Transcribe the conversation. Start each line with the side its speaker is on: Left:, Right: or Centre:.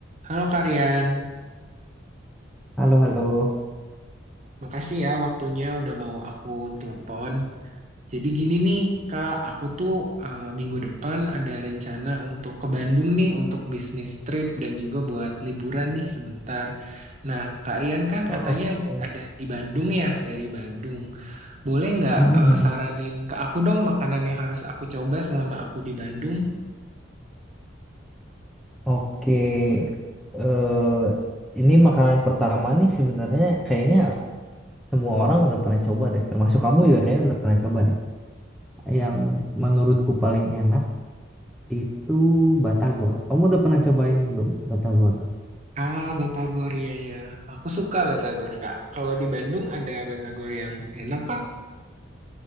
Right: Halo Karian,
Centre: Halo, halo.
Right: makasih ya waktunya udah mau aku telepon. Jadi gini nih Kak, aku tuh eh, minggu depan ada rencana untuk ke Bandung nih untuk bisnis trip dan juga buat liburan nih sebentar. Nah Kak Rian kan
Centre: Oke.
Right: katanya ada di Bandung ya dari Bandung. Boleh nggak
Centre: Mhm.
Right: eh, saranin ke aku dong makanan yang harus aku coba selama aku di Bandung?
Centre: Oke, eh ini makanan pertama nih sebenarnya kayaknya semua orang udah pernah coba deh, termasuk kamu juga kayaknya udah pernah coba deh. Yang menurutku paling enak itu batagor. Kamu udah pernah cobain belum batagor?
Right: Ah, Batagor ya ya. Aku suka Batagor Kak. Kalau di Bandung ada Batagor yang enak Pak.